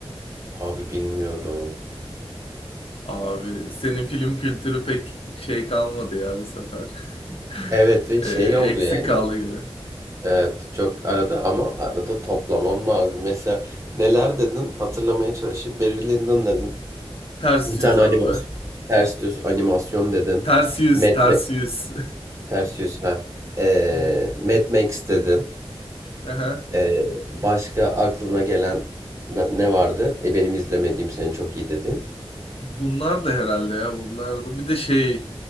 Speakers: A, on the right; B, on the left.
A: Abi bilmiyorum.
B: Abi senin film kültürü pek şey kalmadı ya bu sefer. <laughs>
A: Evet ve
B: Ee,
A: şey
B: eksik
A: oldu yani.
B: kaldı gibi.
A: Evet çok arada ama arada toplamam lazım. Mesela neler dedin hatırlamaya çalışayım. Barry Lyndon dedin.
B: Ters
A: Bir
B: yüz
A: tane
B: abi.
A: animasyon. Ters düz animasyon dedin.
B: Ters yüz,
A: Mad,
B: ters
A: Ma-
B: yüz.
A: ters düz ha. Ee,
B: <laughs> Aha.
A: Mad Max dedin.
B: aha.
A: Ee, başka aklına gelen ne, ne vardı? E, benim izlemediğim senin çok iyi dedin.
B: Bunlar da herhalde ya bunlar da. Bir de şey